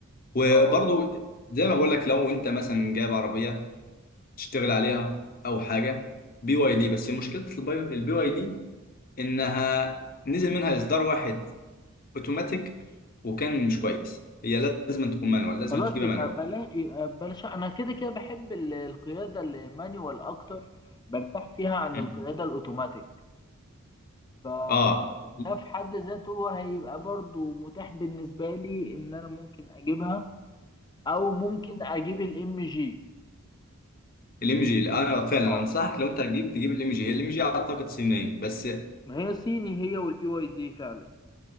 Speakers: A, on the left; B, on the left.
A: وبرضو
B: اه
A: زي ما بقول لك لو أنت مثلا جايب عربية تشتغل عليها أو حاجة بي واي دي بس مشكلة البي البي واي دي إنها نزل منها إصدار واحد أوتوماتيك وكان مش كويس هي لازم تكون مانوال لازم
B: خلاص
A: تجيبها
B: يبقى
A: مانوال
B: بلاش يبقى بلاش انا كده كده بحب ال- القياده المانيوال اكتر برتاح فيها عن
A: مم.
B: القياده الاوتوماتيك فده
A: آه
B: في حد ذاته هيبقى برضو متاح بالنسبة لي ان انا ممكن اجيبها او ممكن اجيب الام جي
A: الام جي انا فعلا
B: اه
A: انصحك لو انت هتجيب تجيب الام جي هي الام جي اعتقد صينيه بس
B: ما هي صيني هي والبي واي دي فعلا